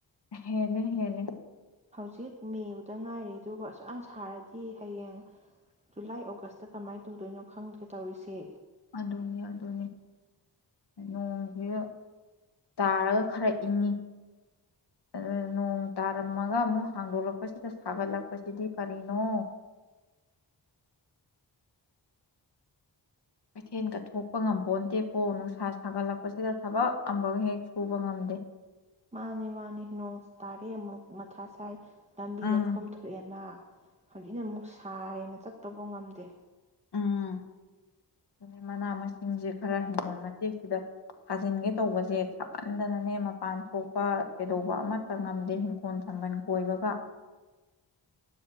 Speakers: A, on the left; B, on the right.
A: ꯍꯦꯅꯦ ꯍꯦꯂꯦ꯫
B: ꯍꯧꯖꯤꯛ ꯃꯦꯕꯨꯗ ꯉꯥꯏꯔꯤ ꯑꯗꯨꯒ ꯑꯁꯨꯛ ꯌꯥꯝ ꯁꯥꯔꯗꯤ ꯍꯌꯦꯡ ꯖꯨꯂꯥꯏ ꯑꯣꯒꯁꯇ ꯀꯃꯥꯏꯅ ꯇꯧꯗꯣꯏꯅꯣ ꯈꯪꯗꯦ ꯇꯧꯔꯤꯁꯦ꯫
A: ꯑꯗꯨꯅꯦ ꯑꯗꯨꯅꯦ ꯅꯣꯡꯁꯦ ꯇꯥꯔꯒ ꯈꯔ ꯏꯪꯉꯤ ꯑꯗꯨ ꯅꯣꯡ ꯇꯥꯔꯝꯃꯒ ꯑꯃꯨꯛ ꯍꯥꯡꯗꯣꯛꯂꯛꯄꯁꯤꯗ ꯁꯥꯒꯠꯂꯛꯄꯁꯤꯗꯤ ꯀꯔꯤꯅꯣ꯫ ꯀꯩꯊꯦꯜ ꯀ ꯊꯣꯛꯣꯛꯄ ꯉꯝꯄꯟꯗꯦꯀꯣ ꯅꯨꯡꯁꯥ ꯁꯥꯒꯠꯂꯛꯄꯁꯤꯗ ꯊꯕꯛ ꯑꯃꯒ ꯍꯦꯛ ꯁꯨꯕ ꯉꯝꯗꯦ꯫
B: ꯃꯥꯅꯤ ꯃꯥꯅꯤ ꯅꯣꯡ ꯇꯥꯔꯦ ꯑꯃꯨꯛ ꯃꯊꯥ ꯁꯥꯏ꯫ ꯂꯝꯕꯤ
A: ꯎꯝ
B: ꯂꯩꯈꯣꯝ ꯊꯣꯛꯑꯦꯅ ꯍꯧꯖꯤꯛꯅ ꯑꯃꯨꯛ ꯁꯥꯔꯦꯅ ꯆꯠ ꯇꯧꯕ ꯉꯝꯗꯦ꯫
A: ꯎꯝ ꯑꯗꯩ ꯃꯅꯥ ꯃꯁꯤꯡꯁꯦ ꯈꯔ ꯍꯪꯈꯣꯜ ꯃꯇꯦꯛꯁꯤꯗ ꯊꯥꯖꯤꯟꯒꯦ ꯇꯧꯕꯁꯦ ꯁꯃꯟꯗꯅꯅꯦ ꯃꯄꯥꯟ ꯊꯣꯛꯄ ꯀꯩꯗꯧꯕ ꯑꯃꯠꯇ ꯉꯝꯗꯦ ꯍꯤꯡꯈꯣꯜ ꯁꯝꯕꯟ ꯀꯣꯏꯕꯒ꯫